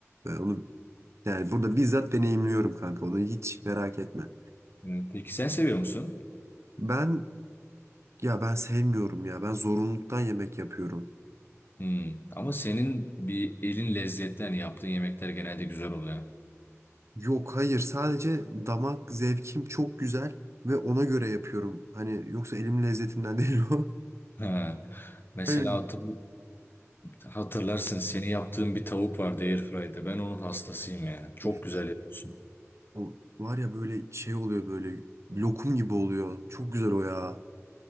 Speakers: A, on the right; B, on the left.
A: Ve onu yani burada bizzat deneyimliyorum kanka onu hiç merak etme.
B: Evet, Peki sen seviyor musun?
A: Ben ya ben sevmiyorum ya ben zorunluluktan yemek yapıyorum.
B: Hmm. Ama senin bir elin lezzetli hani yaptığın yemekler genelde güzel oluyor.
A: Yok hayır sadece damak zevkim çok güzel ve ona göre yapıyorum. Hani yoksa elimin lezzetinden değil o. <laughs>
B: Ha. Mesela
A: Hani
B: hatır- e, hatırlarsın seni yaptığın bir tavuk vardı Airfry'de. Ben onun hastasıyım ya. Çok
A: of,
B: güzel yapıyorsun.
A: o var ya böyle şey oluyor böyle lokum gibi oluyor. Çok güzel o ya.